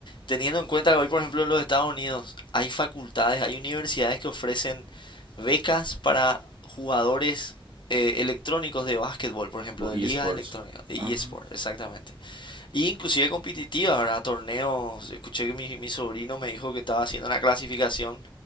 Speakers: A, on the left; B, on the right.
A: teniendo en cuenta que hoy, por ejemplo, en los Estados Unidos hay facultades, hay universidades que ofrecen becas para jugadores eh, electrónicos de básquetbol, por ejemplo,
B: Tipo
A: de
B: eSports.
A: ligas electrónicas, de
B: Ajá.
A: eSport, exactamente. Y inclusive competitivas, ¿verdad? Torneos. Escuché que mi, mi sobrino me dijo que estaba haciendo una clasificación